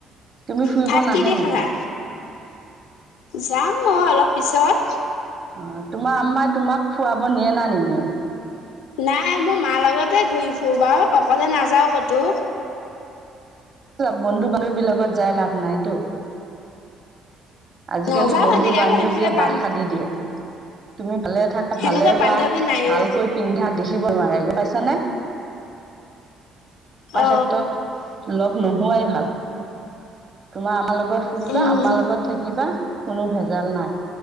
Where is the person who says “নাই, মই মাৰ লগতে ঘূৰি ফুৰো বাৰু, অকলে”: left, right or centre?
Left